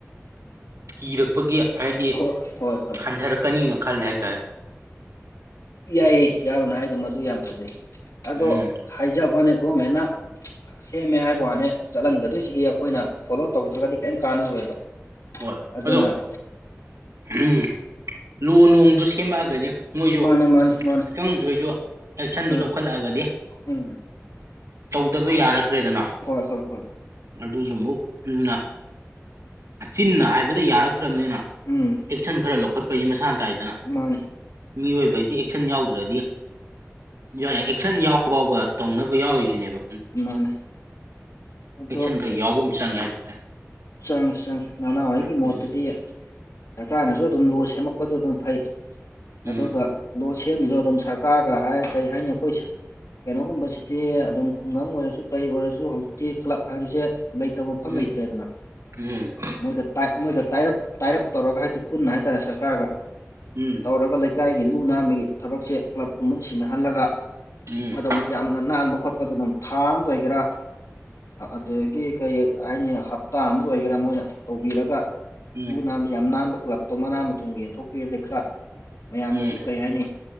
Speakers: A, on the right; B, on the left.
A: ꯀꯤꯔꯛꯄꯒꯤ ꯍꯥꯏꯗꯤ
B: ꯍꯣꯏ ꯍꯣꯏ ꯍꯣꯏ
A: ꯍꯟꯊꯔꯛꯀꯅꯤꯅ ꯈꯜꯂꯦ ꯍꯥꯏꯇꯥꯔꯦ
B: ꯌꯥꯏꯌ‌ꯦ ꯏꯌꯥꯝꯕꯅ ꯍꯥꯏꯗꯣ ꯃꯗꯨ ꯌꯥꯝ ꯐꯖꯩ ꯑꯗꯣ
A: ꯎꯝ
B: ꯍꯥꯏꯖꯕ ꯋꯥꯅ‌ꯦ ꯒꯣꯔꯃꯦꯟꯅ ꯁꯦꯝꯃꯦ ꯍꯥꯏꯕ ꯋꯥꯅꯦ ꯆꯠꯍꯟꯒꯗꯣꯏꯁꯤꯗꯤ ꯑꯩꯈꯣꯏꯅ ꯐꯣꯂꯣ ꯇꯧꯗ꯭ꯔꯥꯒꯗꯤ ꯀꯩꯝ ꯀꯥꯟꯅꯔꯣꯏꯕ
A: ꯍꯣꯏ
B: ꯑꯗꯨꯅ
A: ꯑꯗꯣ ꯎꯝ ꯂꯣ ꯅꯣꯡꯗꯨ ꯁꯦꯝꯃꯛꯑꯒꯗꯤ ꯃꯣꯏꯁꯨ
B: ꯃꯥꯅꯦ ꯃꯥꯅꯦ ꯃꯥꯅꯦ
A: ꯈꯤꯇꯪꯗ ꯑꯣꯏꯁꯨ ꯑꯦꯛꯁꯟꯗꯨ
B: ꯃꯥꯅꯦ
A: ꯂꯧꯈꯠꯂꯛꯑꯒꯗꯤ
B: ꯎꯝ
A: ꯇꯧꯗꯕ ꯌꯥꯔꯛꯇ꯭ꯔꯦꯗꯅ
B: ꯍꯣꯏ ꯍꯣꯏ ꯍꯣꯏ
A: ꯑꯗꯨꯁꯨ ꯑꯃꯨꯛ ꯑꯗꯨꯅ ꯆꯤꯟꯅ ꯍꯥꯏꯕꯗ ꯌꯥꯔꯛꯇ꯭ꯔꯕꯅꯤꯅ
B: ꯎꯝ
A: ꯑꯦꯛꯁꯟ ꯈꯔ ꯂꯧꯈꯠꯄ ꯍꯥꯏꯁꯤ ꯃꯁꯥꯅ ꯇꯥꯏꯗꯅ
B: ꯃꯥꯅꯦ
A: ꯃꯤꯑꯣꯏꯕꯗꯤ ꯑꯦꯛꯁꯟ ꯌꯥꯎꯗ꯭ꯔꯗꯤ ꯏꯌꯥ ꯌꯥꯏ ꯑꯦꯛꯁꯟ ꯌꯥꯎ ꯐꯥꯎꯕ ꯇꯧꯅꯕ ꯌꯥꯎꯔꯤꯁꯤꯅꯦꯕ
B: ꯃꯥꯅꯦ ꯑꯗꯣ
A: ꯑꯦꯛꯁꯟ ꯈꯔ ꯌꯥꯎꯕꯃ ꯆꯪꯉꯦ ꯍꯥꯏ ꯇꯥꯔ‌ꯦ
B: ꯆꯪꯉꯤ ꯆꯪꯉꯤ ꯅꯅꯥꯥꯎ ꯑꯩꯒꯤ
A: ꯎꯝ
B: ꯃꯣꯠꯇꯗꯤ ꯁ꯭ꯔꯀꯥꯔꯅꯁꯨ ꯑꯗꯨꯝ ꯂꯣ ꯁꯦꯝꯃꯛꯄꯗꯨ ꯑꯗꯨꯝ ꯐꯩ
A: ꯎꯝ
B: ꯑꯗꯨꯒ ꯂꯣ ꯁꯦꯝꯃꯤꯗꯣ ꯑꯗꯨꯝ ꯁ꯭ꯔꯀꯥꯔꯒ ꯍꯥꯏ ꯀꯔꯤ ꯍꯥꯏꯅꯤ ꯑꯩꯈꯣꯏ ꯁ꯭ꯔ ꯀꯩꯅꯣꯒꯨꯝꯕꯁꯤꯗꯤ ꯑꯗꯨꯝ ꯈꯨꯡꯒꯪ ꯑꯣꯏꯔꯁꯨ ꯀꯔꯤ ꯑꯣꯏꯔꯁꯨ ꯍꯧꯖꯤꯛꯇꯤ ꯀ꯭ꯂꯕ ꯍꯥꯏꯕꯁꯦ ꯂꯩꯇꯕ ꯃꯐꯝ
A: ꯎꯝ
B: ꯂꯩꯇ꯭ꯔꯦꯗꯅ
A: ꯎꯝ
B: ꯃꯣꯏꯒ ꯇꯥꯏꯞ ꯃꯣꯏꯒ ꯇꯥꯏꯠꯑꯞ ꯇꯥꯏꯠꯑꯞ ꯇꯧꯔꯒ ꯍꯥꯏꯗꯤ ꯄꯨꯟꯅ ꯍꯥꯏꯇꯥꯔꯦ ꯁ꯭ꯔꯀꯥꯔꯒ
A: ꯎꯝ
B: ꯇꯧꯔꯒ ꯂꯩꯀꯥꯏꯒꯤ ꯂꯨ ꯅꯥꯟꯕꯒꯤ ꯊꯕꯛꯁꯦ ꯀ꯭ꯂꯕꯀꯨꯝꯕꯗ ꯁꯤꯟꯅꯍꯜꯂꯒ
A: ꯎꯝ
B: ꯑꯗꯨꯝ ꯌꯥꯝꯅ ꯅꯥꯟꯕ ꯈꯣꯠꯄꯗꯨꯅ ꯊꯥꯑꯝ ꯑꯣꯏꯒꯦꯔꯥ ꯑꯗꯨꯗꯒꯤ ꯀꯩ ꯍꯥꯏꯅꯤ ꯍꯞ ꯇꯥ ꯑꯝ ꯑꯣꯏꯒꯦꯔ ꯃꯣꯏꯅ ꯇꯧꯕꯤꯔꯒ
A: ꯎꯝ ꯎꯝ
B: ꯂꯨ ꯅꯥꯟꯕ ꯌꯥꯝ ꯅꯥꯟꯕ ꯀ꯭ꯂꯕ ꯇꯣ ꯃꯅꯥ ꯃꯊꯨꯝ ꯌꯦꯟꯊꯣꯛꯄꯤꯔꯅꯤ ꯈꯔ ꯃꯌꯥꯝꯗꯁꯨ
A: ꯎꯝ
B: ꯀꯩ ꯍꯥꯏꯅꯤ